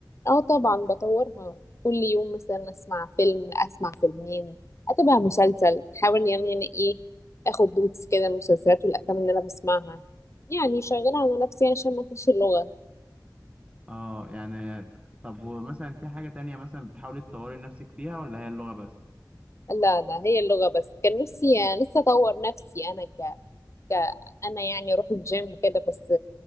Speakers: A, on the left (about 40°); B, on the right (about 15°).
A: اه طبعا بطورها كل يوم مثلا اسمع فيلم اسمع فيلمين اتابع مسلسل احاول يعني يعني ايه اخد نوتس كده من المسلسلات والافلام اللي انا بسمعها يعني شغاله على نفسي عشان ما انساش اللغه
B: اه يعني طب ومثلا في حاجة تانية مثلا بتحاولي تطوري نفسك فيها ولا هي اللغة بس؟
A: لا لا هي اللغه بس كان نفسي لسه اطور نفسي انا ك... ك... انا يعني اروح الجيم كده بس